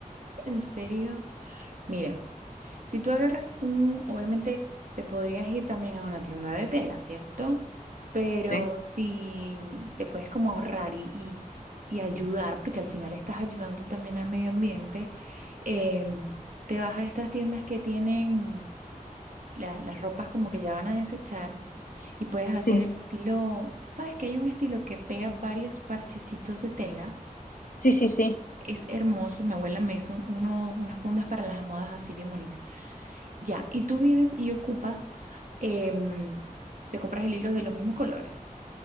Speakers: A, on the right; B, on the left.
A: ¿En serio? Mira, si tú agarras un, obviamente te podrías ir también a una tienda de tela, ¿cierto? Pero
B: Sí,
A: si te puedes como ahorrar y, y- y ayudar, porque al final estás ayudando también al medio ambiente, em, te vas a estas tiendas que tienen la- las ropas como que ya van a desechar y puedes hacer
B: sí,
A: el estilo, tú sabes que hay un estilo que pega varios parchecitos de tela,
B: sí, sí, sí,
A: es hermoso, mi abuela me hizo unos, unas fundas para las almohadas así bien bonitas. Ya, y tú vienes y ocupas, em, te compras el hilo de los mismos colores.